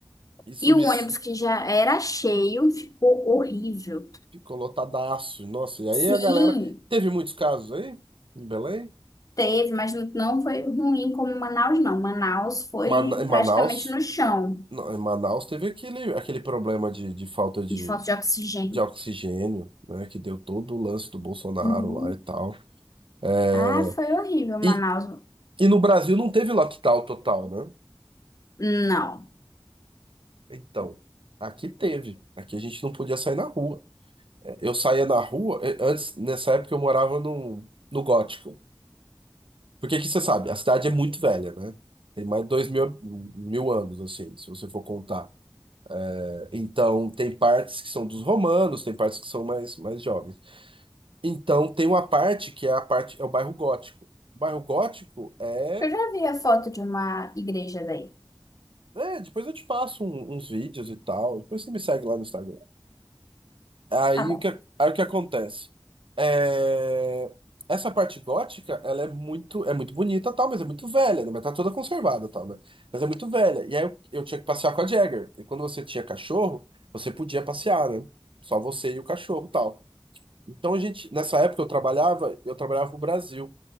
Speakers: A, on the right; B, on the left.
A: Isso
B: E
A: me
B: o ônibus
A: s-
B: que já era cheio ficou horrível.
A: ficou lotadaço. Nossa, e aí
B: Sim.
A: a galera. Teve muitos casos aí em Belém.
B: Teve, mas não não foi ruim como Manaus, não. Manaus foi
A: Mana- Em Manaus.
B: praticamente no chão,
A: Não, em Manaus teve aquele, aquele problema de, de falta de,
B: de falta de oxigênio.
A: de oxigênio, né? Que deu todo o lance do Bolsonaro
B: Uhum.
A: lá e tal. É,
B: Ah, foi horrível, Manaus.
A: e, E no Brasil não teve lockdown total, né?
B: Não.
A: Então, aqui teve. Aqui a gente não podia sair na rua. É, Eu saía na rua, é, antes, nessa época eu morava no, no Gótico. Porque aqui você sabe, a cidade é muito velha, né? Tem mais de dois mil, mil anos, assim, se você for contar. É, Então, tem partes que são dos romanos, tem partes que são mais, mais jovens. Então, tem uma parte que é a parte, é o bairro Gótico. O bairro Gótico é.
B: Eu já vi a foto de uma igreja daí.
A: É, depois eu te passo um- uns vídeos e tal. Depois você me segue lá no Instagram. Aí
B: Tá bom.
A: o que, aí o que acontece? É, Essa parte gótica, ela é muito, é muito bonita, tal, mas é muito velha, né? Mas tá toda conservada, tal, né? Mas é muito velha. E aí eu, eu tinha que passear com a Jagger. E quando você tinha cachorro, você podia passear, né? Só você e o cachorro, tal. Então a gente, nessa época eu trabalhava, eu trabalhava no Brasil.